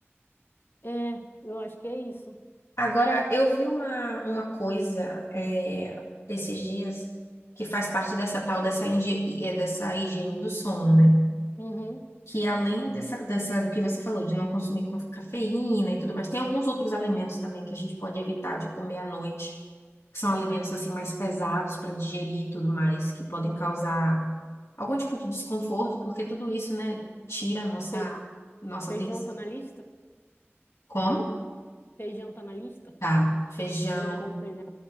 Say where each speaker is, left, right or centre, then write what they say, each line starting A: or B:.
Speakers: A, on the left; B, on the left.
A: é, eu acho que é isso.
B: Agora, eu vi uma, uma coisa é, esses dias que faz parte dessa tal dessa, inge- é, dessa higiene do sono, né?
A: Uhum.
B: Que além dessa, dessa, do que você falou, de não consumir com cafeína e tudo mais, tem alguns outros alimentos também que a gente pode evitar de comer à noite, que são alimentos assim mais pesados para digerir e tudo mais, que podem causar algum tipo de desconforto, porque tudo isso, né, tira a nossa,
A: Fe-
B: nossa
A: Feijão
B: atenção.
A: tá na lista?
B: Como?
A: Feijão tá na lista?
B: Tá, feijão.
A: Eu como feijão.